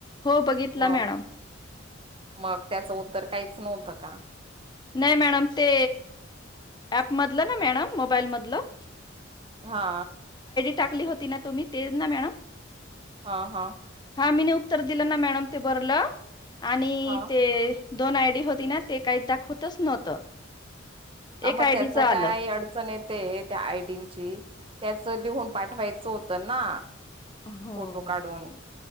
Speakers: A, on the left; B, on the right.
A: हो बघितला
B: मग
A: मॅडम
B: मग त्याचं उत्तर काहीच नव्हतं का
A: नाही मॅडम ते ऍपमधलं ना मॅडम मोबाईल मधलं
B: हा
A: टाकली होती ना तुम्ही ते ना मॅडम.
B: हा हा.
A: हा मी उत्तर दिलं ना मॅडम ते बरलं आणि
B: हा
A: ते दोन आयडी होती ना ते काही दाखव. तस नव्हतं.
B: अ मग
A: एक आय
B: त्याच
A: डीचं आलं
B: काय अडचण येत त्या आयडीची त्याच लिहून पाठवायचं होतं ना!
A: हो
B: फोटो काढून